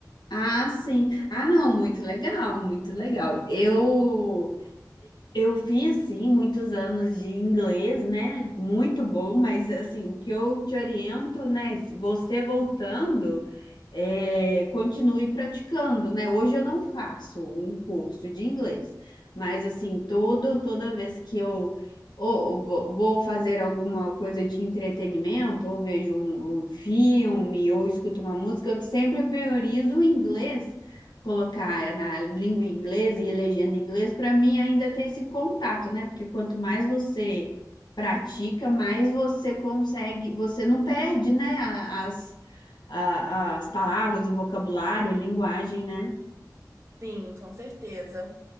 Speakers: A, on the left; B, on the right.
A: Ah, sim. Ah, não, muito legal, muito legal. Eu
B: Sim,
A: Eu fiz, sim, muitos anos de inglês, né? Muito bom, mas assim, o que eu te oriento, né? se Você voltando, é, continue praticando, né? Hoje eu não faço um curso de inglês, mas assim, todo, toda vez que eu ou- ou vou fazer alguma coisa de entretenimento, ou vejo um, um filme, ou escuto uma música, eu sempre priorizo o inglês colocar na língua inglesa e legenda em inglês, para mim ainda ter esse contato, né? Porque quanto mais você pratica, mais você consegue, você não perde, né? a- As, a- as palavras, o vocabulário, a linguagem, né?
B: sim, com certeza.